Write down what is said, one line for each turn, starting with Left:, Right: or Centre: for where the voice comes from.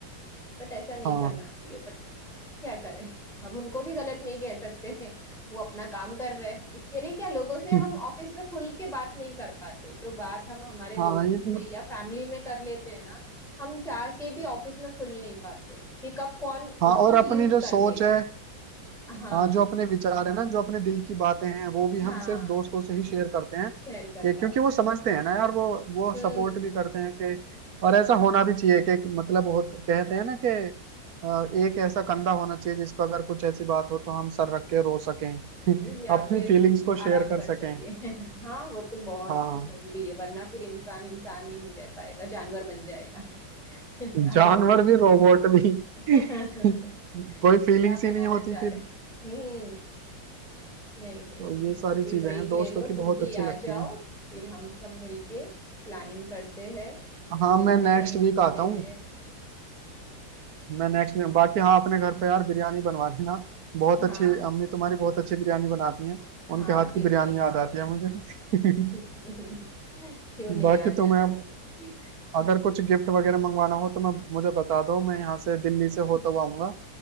Centre: बट ऐसा नहीं
Right: हाँ
Centre: करना चाहिए क्या करें हम उनको भी गलत नहीं कह सकते हैं वो अपना काम कर रहे हैं इसके लिए क्या लोगों से
Right: <laughs>
Centre: हम ऑफिस में खुल के बात नहीं कर पाते जो बात हम हमारे दोस्तों
Right: हाँ ये
Centre: से
Right: तो-
Centre: या फैमिली में कर लेते हैं ना हम चाह के भी ऑफिस में खुल नहीं पाते कि कब कौन
Right: हाँ
Centre: उसको
Right: और अपनी
Centre: यूज
Right: जो सोच
Centre: कर लेगा
Right: है
Centre: हाँ
Right: हाँ जो अपने विचार है ना जो अपने दिल की बातें हैं वो भी हम
Centre: हाँ
Right: सिर्फ दोस्तों से ही शेयर करते हैं कि-
Centre: शेयर कर पाते
Right: क्योंकि वो समझते हैं ना यार वो वो
Centre: हम्म
Right: सपोर्ट भी करते हैं कि और ऐसा होना भी चाहिए कि मतलब बहुत कहते हैं ना कि अ, एक ऐसा कंधा होना चाहिए जिस पर अगर कुछ ऐसी बात हो तो हम सर रख के रो सकें <laughs>
Centre: या
Right: अपनी
Centre: फिर
Right: फीलिंग्स को शेयर
Centre: आराम
Right: कर
Centre: कर
Right: सकें
Centre: सके <laughs> हाँ वो तो बहुत
Right: हाँ
Centre: जरूरी है वरना फिर इंसान इंसान ही नहीं रह पाएगा जानवर बन जाएगा <laughs> अगर
Right: जानवर
Centre: वो
Right: भी रोबोट भी
Centre: <laughs>
Right: <laughs>
Centre: क्या
Right: कोई फीलिंग्स
Centre: बनाना
Right: ही नहीं होती
Centre: चाह रहे
Right: फिर
Centre: हैं? हम्म नहीं नहीं
Right: तो
Centre: नहीं
Right: ये
Centre: तुम
Right: सारी
Centre: भी
Right: चीजें
Centre: ब्रेक
Right: हैं दोस्तों
Centre: ले लो
Right: की
Centre: तुम
Right: बहुत
Centre: भी
Right: अच्छी लगती
Centre: आ जाओ
Right: हैं
Centre: फिर हम सब मिलके प्लानिंग करते हैं
Right: हाँ
Centre: मिलते
Right: मैं नेक्स्ट
Centre: हैं घूमते
Right: वीक आता हूँ
Centre: हैं
Right: मैं नेक्स्ट में बाकी हाँ अपने घर पे यार बिरयानी बनवा देना बहुत अच्छी
Centre: हाँ
Right: अम्मी तुम्हारी बहुत अच्छी बिरयानी बनाती हैं
Centre: हाँ
Right: उनके हाथ
Centre: क्यों
Right: की बिरयानी
Centre: नहीं
Right: याद आती है मुझे <laughs>
Centre: <laughs> क्यों नहीं
Right: बाकी
Centre: आ
Right: तो
Centre: जाना
Right: मैं
Centre: ये
Right: अगर
Centre: मैं
Right: कुछ गिफ्ट वगैरह मंगवाना हो तो मैं मुझे बता दो मैं यहाँ से दिल्ली से होता हुआ आऊंगा